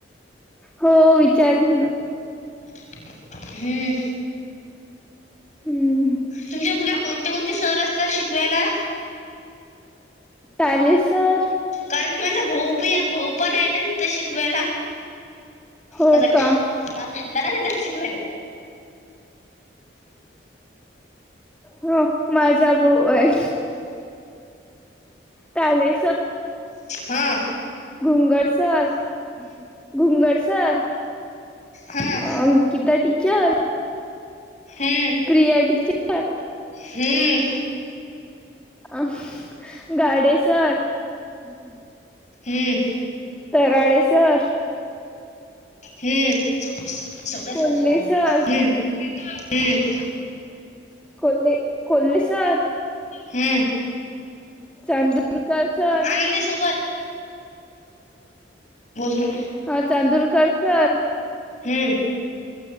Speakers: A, in the centre; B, on the left (about 40°).
A: हो, विचारीन ना
B: हुं
A: हम्म
B: तुमच्या मुलीला कोणते कोणते सर असतात शिकवायला?
A: ताले सर
B: कारण की माझा भऊ पी, भाऊ पण हाय ना तिथं शिकवायला.
A: हो
B: मजा ख,
A: का
B: माझा खांदाना तिथंच शिकवायले
A: हो, माझा भाऊ हाय. ताले
B: हां
A: भुंगर सर हं भुंगर सर
B: हा
A: अं की त्या टीचर
B: हम्म
A: प्रिया टीचर.
B: हम्म
A: अ गाडेसर हुं
B: हुं
A: पराळे सर.
B: हुं सगळ्या
A: कोल्हे
B: सर ची नावं घे
A: सर
B: हुं हुं
A: कोल्ले कोल्ले सर.
B: हम्म
A: चांंदुरकर सर.
B: आनंदी सोबत बोल ना
A: हा चांदूरकर सर
B: हुं